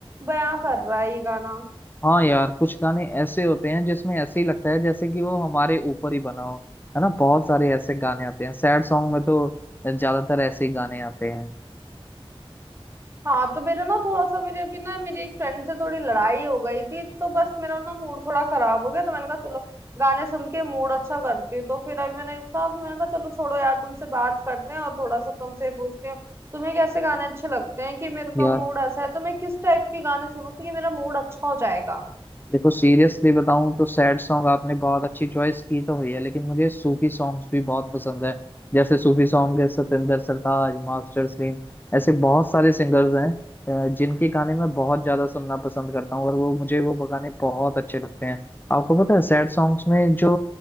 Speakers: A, on the right; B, on the left.
A: बयां कर रहा है ये गाना
B: हाँ यार कुछ गाने ऐसे होते हैं जिसमें ऐसे ही लगता है जैसे कि वो हमारे ऊपर ही बना हो है ना बहुत सारे ऐसे गाने आते हैं सैड सॉन्ग में तो ज्यादातर ऐसे ही गाने आते हैं
A: हाँ तो मेरा ना थोड़ा सा मेरी अभी ना मेरी एक फ्रेंड से थोड़ी लड़ाई हो गई थी तो बस मेरा ना मूड थोड़ा खराब हो गया तो मैंने कहा चलो गाने सुन के मूड अच्छा करती हूँ तो फिर अभी मैंने कहा फिर मैंने कहा चलो छोड़ो यार तुमसे बात करते हैं और थोड़ा सा तुमसे पूछती हूँ तुम्हें कैसे गाने अच्छे लगते हैं कि मेरे का
B: यार
A: मूड ऐसा है तो मैं किस टाइप के गाने सुनूं तो कि मेरा मूड अच्छा हो जाएगा
B: देखो सीरियसली बताऊं तो सैड सॉन्ग आपने बहुत अच्छी चॉइस की तो हुई है लेकिन मुझे सूफी सॉन्ग्स भी बहुत पसंद है जैसे सूफी सॉन्ग है सतेंद्र सरताज मास्टर सलीम ऐसे बहुत सारे सिंगर्स हैं अ, जिनके गाने मैं बहुत ज्यादा सुनना पसंद करता हूँ और वो मुझे वो गाने बहुत अच्छे लगते हैं आपको पता है सैड सॉन्ग्स में जो